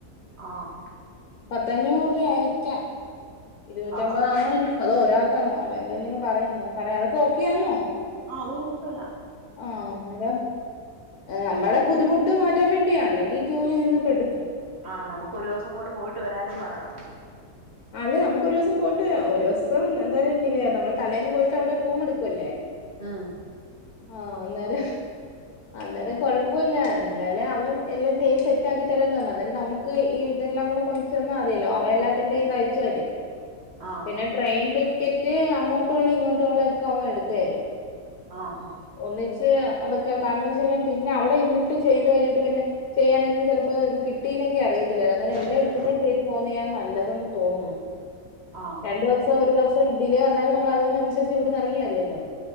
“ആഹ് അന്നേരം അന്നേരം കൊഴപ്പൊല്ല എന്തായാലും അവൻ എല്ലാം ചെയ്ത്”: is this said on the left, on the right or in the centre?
Left